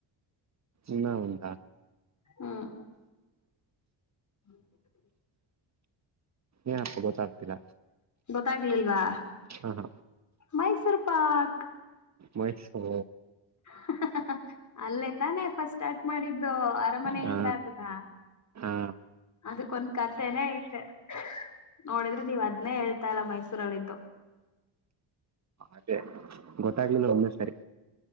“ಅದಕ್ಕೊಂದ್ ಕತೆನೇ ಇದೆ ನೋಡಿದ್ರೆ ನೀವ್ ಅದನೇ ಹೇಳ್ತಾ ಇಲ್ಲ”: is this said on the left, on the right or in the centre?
Left